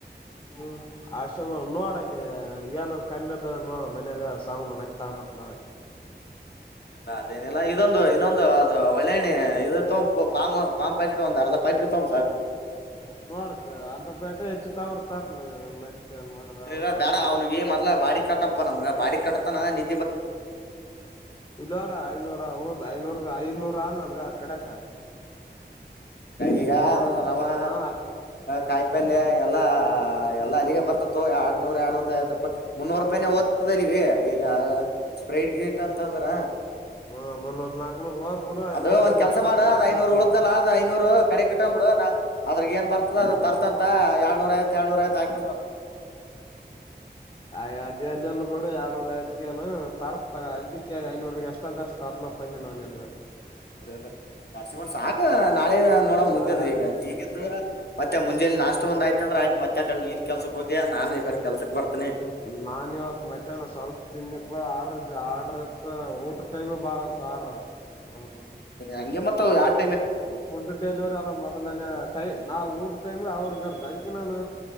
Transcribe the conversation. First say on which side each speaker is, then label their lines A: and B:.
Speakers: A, on the left; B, on the left.
A: ಹ್ಮ ಅಸ್ಟೆ <unintelligible> ಮಾಡ್ ನೋಡಲ್ಲಿ. ಏನ ಕಮ್ಮಿದ ನೋಡ ಮನ್ಯಾಗ <unintelligible> ಸಾವ ಮ ತಂಬತ್ <unintelligible> ಬರ
B: ಎಲ್ಲಾ ಅದೇನಿಲ್ಲಾ ಇದೊಂದು ಹಿನೊಂದು. ದು ಅದು ಒಳ್ಳೆಣಿ ಇದು ತೊಮ್ ಪೊ ಪಾಮ್ ಪಾಮ್ ಪಾಕೀಟ್ ಒಂದ್ ಅರ್ಧ ಪಾಕೀಟ್ ತೊಂಬ್ ಸಾಕ.
A: ನೋಡಕ್ ಅರ್ಧ <unintelligible> ಪೇಟೆ ಹೆಚ್ಚು ತರ್ತೀನಿ ಮತ್ತೆ <unintelligible> ಮಾಡಿದಾಳು
B: <unintelligible> ಬ್ಯಾಡ ಅವ್ನಿಗಿ ಮದ್ಲ ಬಾಡಿಗ ಕಟ್ಟಪ್ಪ ನಮ್ಗ ಬಾಡಿ ಕಟ್ಟತನ ನಿ
A: ಇಲ್ನೋಡ ಐನೂರ ಉಳದ್ ಐನೂರ. <unintelligible> ಐದ್ನೂರ ನನ್ಗ ಕಡೆಕ್ಕ.
B: ಈಗ ರವಾ
A: ಹ
B: ಕಾಯಿಪಲ್ಯ ಎಲ್ಲಾ ಆ ಎಲ್ಲ ಅಲ್ಲಿಗೆ ಬರ್ತತ್ತೊ ಎರಡ್ನೂರ್ ಎರಡನೂರ ಐವತ್ತು ರೂಪಾಯಿ ಮುನ್ನೂರು ರೂಪಾಯೇ ಹೋತದ್ ಅಲ್ಲಿಗೆ ಈಗ ಸ್ಪ್ರೈಡ್ ಗೇಟ್ ಅಂತ ಅಂದ್ರ
A: ಹ ಮುನ್ನೂರ್ ನಾಕ್ನೂರ್ ಹೋಲ್ ಬಿಡು
B: ಅದು
A: ಐನೂರ್ದಾಗ
B: ಒಂದ ಕೆಲಸ
A: ಎಷ್ಟಾದ
B: ಮಾಡ
A: ಅಷ್ಟ
B: ಅದ್ ಐನೂರು
A: ತರ್ತನಿ
B: ಉಳ್ದಲ್ಲ ಅದ್ ಐನೂರು ಕಡೆ ಹಾಕ್ ಬಿಡು ನ ಅದ್ರಗ್ ಏನ್ ಬರ್ತದ ಅದ ತರ್ತಂತ ಎಡನೂರಐವತ್ ಏಡನೂರ ಐವತ್ ಹಾಕೊಂಡಂಬ ಬಿಡ
A: ಆ ಅದೇ ಬಿಡು ಎಡರ್ನೂರ ಐದ್ಕನು ತರತ ಅದ ಐನೂರ ಎಷ್ಟಾದ್ ಅಷ್ಟು ತರ್ ಮ ಅಪ್ಪಾಯಂದ ನಾ ನಿನಗ
B: ಅದೇ ಅದಾಷ್ಟ ಮಾಡ ಸಾಕ ನಾಳೆ ನೋಡ
A: ಹಾ
B: ಮುಂದೆ ಅಂದ್ರ ಈಗ ಈ ಮತ್ತೆ ಮುಜಲಿ ನಾಷ್ಟ ಒಂದ್ ಆಯ್ತು ಅಂದ್ರ ಆಯತ್ತ್ ಕಡ ನೀನ್ ಕೆಲ್ಸಕ್ಕೆೋದತಾ ನಾನು ಈ ಕಡೆ ಕೆಲ್ಸಕ್ ಬರ್ತ
A: ನಾನ್ ಇವತ್ ಮಧ್ಯಾಹ್ನ ಸ್ವಲ್ಪ ತಿನ್ನೆ ಆರ್ಡ್ರ ಆರ್ಡ್ರ ಇತ್ ಊಟ ಟೈಮ್ ಬಾಳ ಇರ್ತ ಆರ್ಡ್ರ ನೋ ನೋಡ
B: ಹಂಗೆ ಮತ್ತ ಯಾಕ
A: ಫುಡ್ ಡೆಲಿವರಿ ಅಲ್ಲ ಮೊದಲನೇ ಟೈಮ ನಾವು ಊಟ ಟೈಮಿ ಅವ್ರಗರ್ ಅದ್ ನಾನು